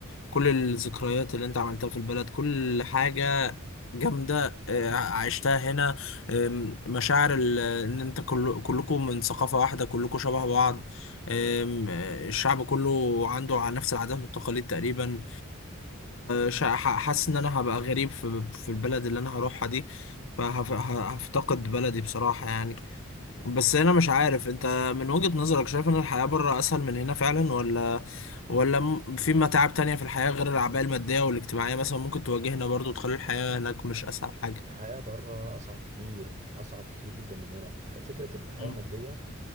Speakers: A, on the left; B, on the right.
A: كل الذكريات اللي أنت عملتها في البلد كل حاجة جامدة آه، عشتها هنا آم، مشاعر ال- ان انت كل كلكم من ثقافة واحدة كلكم شبه بعض آم، آه، الشعب كله عنده على نفس العادات والتقاليد تقريبا فحاسس ان انا هبقى غريب في في البلد اللي انا هروحها دي فهفتقد بلدي بصراحة يعني بس هنا مش عارف انت من وجهة نظرك شايف ان الحياة بره اسهل من هنا فعلا ولا ولا م- في متاعب تانية في الحياة غير الأعباء المادية والاجتماعية مثلا ممكن تواجهنا برضو تخلي الحياة هناك مش اسهل حاجة
B: الحياة بره أصعب كتير أصعب كتير جدا من هنا ح- فكرة الحياة
A: مم.
B: المادية